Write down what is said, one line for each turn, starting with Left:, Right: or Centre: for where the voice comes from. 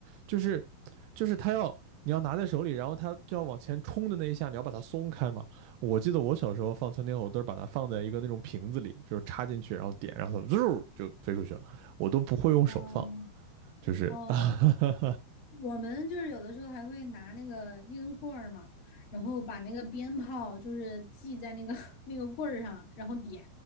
Right: 就是就是他要你要拿在手里，然后他就要往前冲的那一下，你要把它松开嘛。我记得我小时候放窜天猴都是把它放在一个那种瓶子里，就是插进去，然后点，然后它嗖就飞出去了。我都不会用手放，
Left: 嗯
Right: 就是
Left: 哦，
Right: <laughs> 啊
Left: 我们就是有的时候还会拿那个一根棍儿嘛，然后把那个鞭炮就是系在那个 <laughs> 那个棍儿上，然后点，